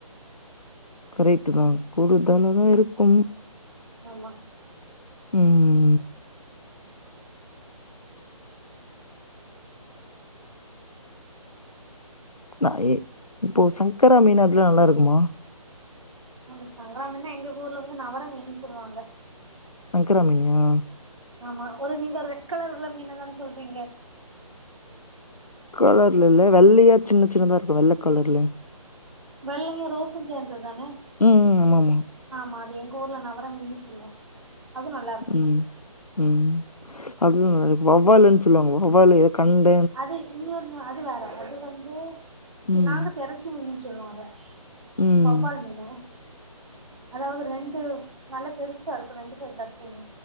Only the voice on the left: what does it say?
கரெக்ட்தா கூடுதலா தா இருக்கு
ம் நா ஏ இப்போ சங்கரா மீன் அதெல்லா நல்லா இருக்குமா
சங்கரா மீனயா
கலர்ல இல்ல வெள்ளயா சின்ன சின்னதா இருக்கும் வெள்ள கலர்ல
ம் ஆமாமா
ம் ம் அதே மீன வவ்வால்ன்னு சொல்வாங்க வவ்வாலு கண்ட
ம்
ம்